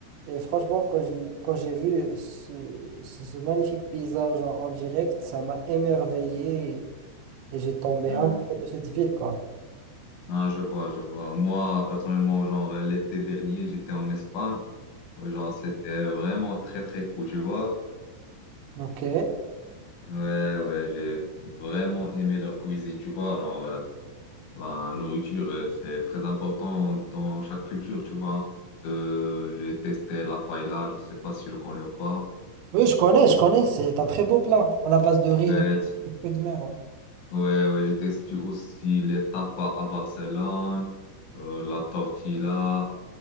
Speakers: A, on the right; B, on the left.
A: Et franchement, quand je- quand j'ai vu ce, ce, ce magnifique paysage en, en direct, ça m'a émerveillé et, et j'ai tombé
B: Hmm.
A: un peu de cette ville, quoi.
B: Ah, je vois, je vois. Moi, personnellement, genre, l'été dernier, j'étais en Espagne. Ouais, Genre, c'était vraiment très, très cool, tu vois?
A: Ok.
B: Ouais, ouais, j'ai vraiment aimé leur cuisine, tu vois? Genre, euh, La nourriture, euh, c'est très important dans chaque culture, tu vois. Euh, j'ai testé la paella, je sais pas si je le connais ou pas.
A: Oui, je connais, je connais, c'est un très beau plat à la base de riz
B: Ouais,
A: et de, de fruits de mer. ouais.
B: ouais, ouais, j'ai testé aussi les tapas à Barcelone, euh, la tortilla,